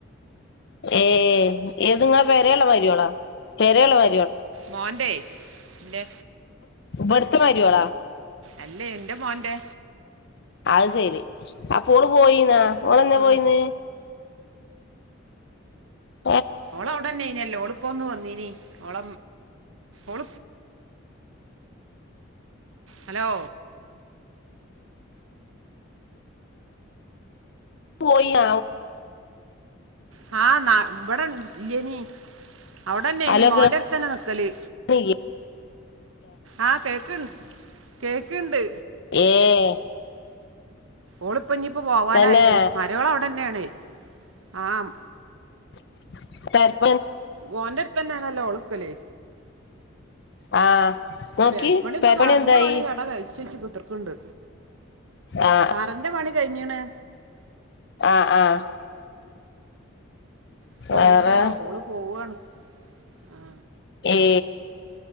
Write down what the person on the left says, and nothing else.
ഏ ഏത്ങ്ങാ പേരയുള്ള മാരിളാ പേരയുള്ള മാ
ഇവിടുത്തെ മാരോല
അത് ശെരി അപ്പോ ഓള് പോയിന്നാ ഓളന്താ
പോയിന്ന് <unintelligible>
പോയിന
ഹലോ
കേൾക്ക്ണില്ലേ
ഏഹ്
തന്നെ
പ
ആ നോക്കി
എന്തായി
ആ
ആഹ ആഹ
വേറെ
ഏ